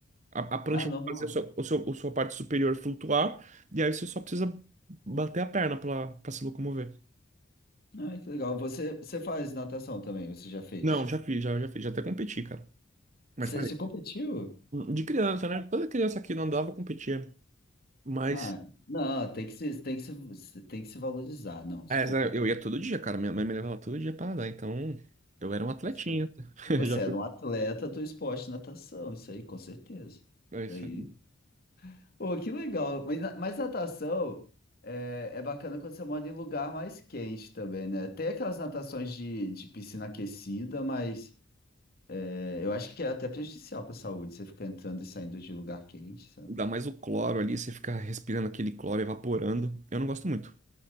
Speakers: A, on the right; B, on the left.
A: A, a prancha
B: Ah, normal.
A: vai fazer o seu, o seu, a sua parte superior flutuar, e aí você só precisa bater a perna pra, pra se locomover.
B: Ai, que legal. Você, você faz natação também, você já fez?
A: Não, já fiz, já, já fiz, já até competi, cara. Mas
B: Você,
A: parei.
B: você competiu?
A: De criança, né? Toda criança que não andava competia. Mas.
B: Ah, não, tem que se, tem que se, você tem que se valorizar. Não, você
A: É,
B: competiu.
A: sério, eu ia todo dia, cara. Minha mãe me levava todo dia pra nadar, então eu era um atletinha.
B: Você,
A: <laughs>
B: você
A: Já
B: era
A: fui.
B: um atleta do esporte de natação, isso aí, com certeza.
A: É isso
B: Isso aí.
A: aí.
B: Pô, que legal. Mas, na- mas natação é, é bacana quando você mora em lugar mais quente também, né? Tem aquelas natações de, de piscina aquecida, mas é, eu acho que é até prejudicial para a saúde, você ficar entrando e saindo de lugar quente,
A: Dá mais o cloro ali, você fica respirando aquele cloro evaporando. Eu não gosto muito.